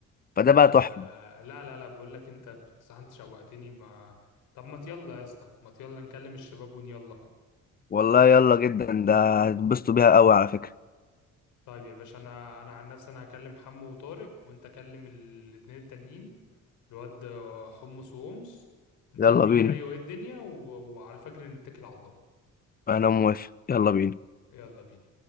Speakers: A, on the left; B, on the left.
A: فده
B: آه
A: بقى تحفة
B: لا لا لا بقول لك انت بصراحة انت شوقتني ما طب ما يلا يا اسطى ما يلا نكلم الشباب ونيلا
A: والله يلا جدا ده هتتبسطوا بيها قوي على فكرة
B: طيب يا باشا انا انا عن نفسي انا هكلم حمو وطارق وانت كلم ال- الاتنين التانيين الواد آه، حمص وأمس نشوف
A: يلا
B: مين
A: بينا
B: جاي وايه الدنيا و... وعلى الفجر نتكل على الله
A: أنا موافق يلا بينا
B: يلا بينا